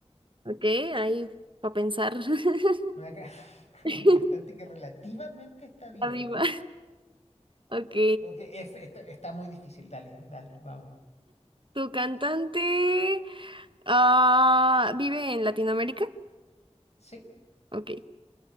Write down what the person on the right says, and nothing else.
Ok, ahí para pensar. <laughs>
Está
viva. Ok.
¿Tu cantante ah, vive en Latinoamérica?
Ok,